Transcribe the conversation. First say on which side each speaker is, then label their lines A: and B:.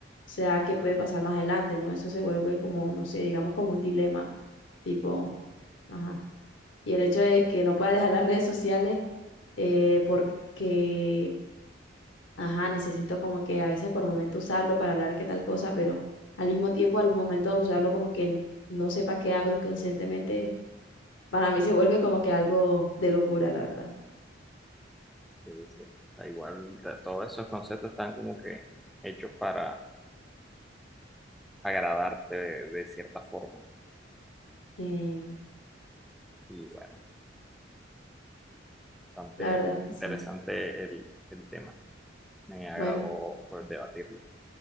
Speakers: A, on the left (about 75°); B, in the centre.
A: sea, qué puede pasar más adelante, ¿no? Eso se vuelve como, no sé, digamos como un dilema, tipo, ajá. Y el hecho de que no pueda dejar las redes sociales eh, porque, ajá, necesito como que a veces por momento usarlo para hablar qué tal cosa, pero al mismo tiempo, al momento de usarlo, como que n- no sepa qué hago inconscientemente, para mí se vuelve como que algo de locura, la verdad.
B: Sí, sí. O sea, igual ta- todos esos conceptos están como que hechos para agradarte de, de cierta forma.
A: Sí,
B: Y bueno, bastante
A: la verdad es que
B: interesante
A: sí.
B: el, el tema. Me agradó
A: Bueno.
B: pues, debatirlo.